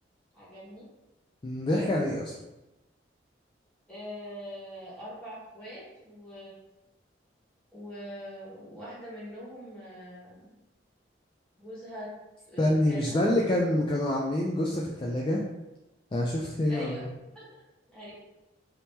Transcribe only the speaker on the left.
مم، بيحكي عن ايه اصلا
استني
مش
ده اللي
كان كانوا عاملين جثة في التلاجة انا شفت
ايه
على